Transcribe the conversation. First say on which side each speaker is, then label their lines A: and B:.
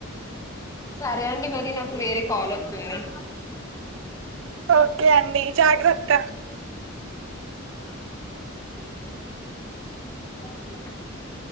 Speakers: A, on the left; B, on the right.
A: సరే అండి మరి నాకు వేరే కాల్ వచ్ ఉంది
B: ఓకే అండి జాగ్రత్ త
A: అ <inaudible>